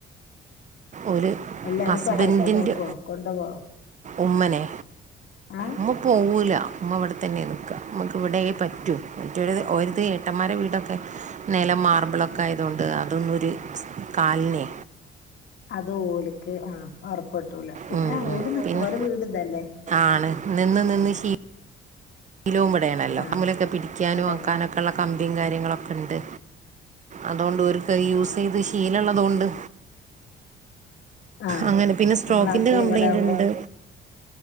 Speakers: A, on the right (about 40°); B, on the left (about 70°).
A: ഒരു
B: എല്ലാരും
A: ഹസ്ബൻഡിൻ്റെ
B: സഹായിക്കോ നോക്കോ കൊണ്ടോവോ
A: ഉമ്മനെ
B: ആ
A: ഉമ്മ പോവുല. മ്മ വിടെത്തന്നെ നിക്ക. മ്മക്ക് ഇവിടെ പറ്റൂ. റ്റൊരുത് ഓര്ത് ഏട്ടന്മാരെ വീടൊക്കെ നിലം മാർബിളൊക്കെ ആയതുകൊണ്ട് അതൊന്നും ഒര് സ് കാൽന്
B: അത് ഓലിക്ക് ആ ഒറപ്പ്ട്ടൂല. പിന്നെ
A: ഉം, ഉം.
B: ഓല് നിക്കു.
A: പിന്നെ
B: ഓലെ വീട്തല്ലേ.
A: ആണ് നിന്ന് നിന്ന് ശീ ഇലും ഇവിടെണല്ലോ.
B: ആ
A: അമ്മിലൊക്കെ പിടിക്കാനും
B: ഇവിടെയാണല്ലോ
A: ആക്കാനൊക്കെള്ള കമ്പിയും കാര്യങ്ങളൊ ക്കെണ്ട്. അതൊണ്ട് ഒര് ക്കെ യൂസ്യ്ത്
B: ആ
A: ശീലള്ള തോണ്ട്
B: ആ
A: അങ്ങനെ പിന്നെ സ്ട്രോക്കിന്റെ
B: നമ്മളാദ്യത്തെ
A: കംപ്ലൈയിന്റ്ണ്ട്
B: ഇവിടെ ആവുമ്പോ